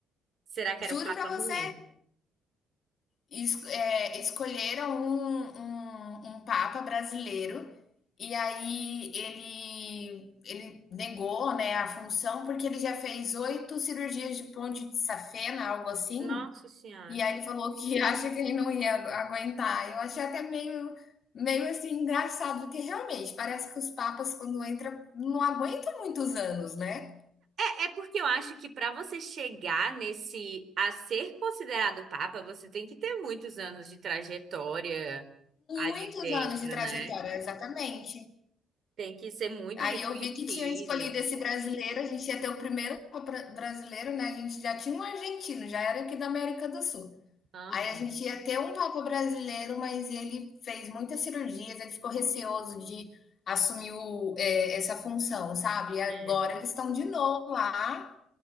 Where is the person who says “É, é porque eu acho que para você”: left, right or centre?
Right